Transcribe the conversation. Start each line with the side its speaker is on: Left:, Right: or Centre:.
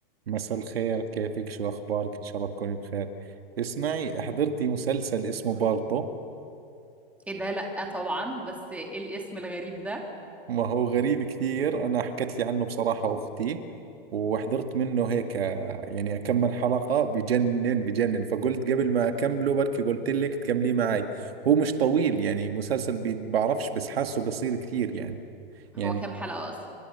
Right: مساء الخير كيفك شو أخبارك إن شاء الله تكوني بخير اسمعي حضرتي مسلسل اسمه بالطو
Centre: ايه ده لأ طبعا بس ايه الاسم الغريب ده
Right: ما هو غريب كثير أنا حكت لي عنه بصراحة أختي وحضرت منه هيك آه، يعني كم من حلقة بجنن بجنن فقلت قبل ما أكمله بركي قلت لك تكمليه معي هو مش طويل يعني مسلسل بي- بعرفش بس حاسه قصير كثير يعني يعني
Centre: هو كام حلقة اصلا